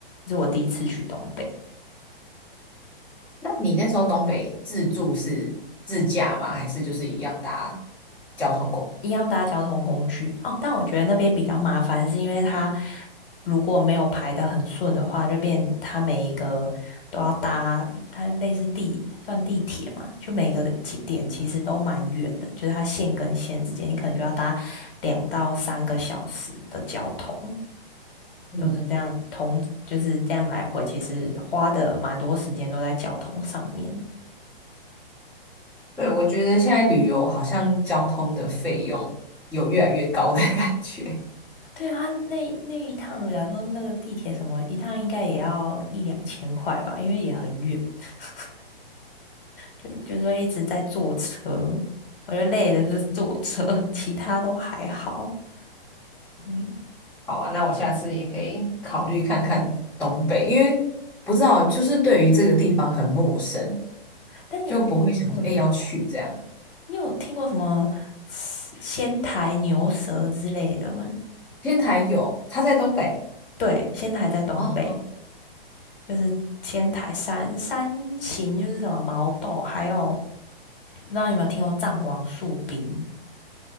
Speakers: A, on the left; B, in the centre.
A: 这是我第一次去东北。
B: 那你那时候东北自助是自驾吗？还是就是一样搭交通工具？
A: 一样搭交通工具哦，但我觉得那边比较麻烦，是因为它如果没有排得很顺的话，就变它每一个都要搭，它类似地算地铁嘛，就每个起点其实都蛮远的，就是它线跟线之间，你可能就要搭两到三个小时的交通，
B: 嗯，
A: 都是这样同就是这样来回，其实花的蛮多时间都在交通上面。
B: 对，我觉得现在旅游好像交通的费用有越来越高的感觉。
A: 对啊，那那一趟，假如说那个地铁什么一趟，应该也要一两千块吧，因为也很远，<laughs> 就就说一直在坐车，我觉得累的就是坐车，其他都还好。嗯，
B: 好啊，那我下次也可以考虑看看东北，因为不知道就是对于这个地方很陌生，
A: 但你有，
B: 就不会想说哎、
A: 嗯，
B: 要去这样。
A: 你有听过什么仙仙台牛舌之类的吗？
B: 天台有，它在东北
A: 对，仙台在东北，
B: 哦，
A: 就是仙台山山形，就是什么毛豆，还有不知道你有没有听过藏王树冰，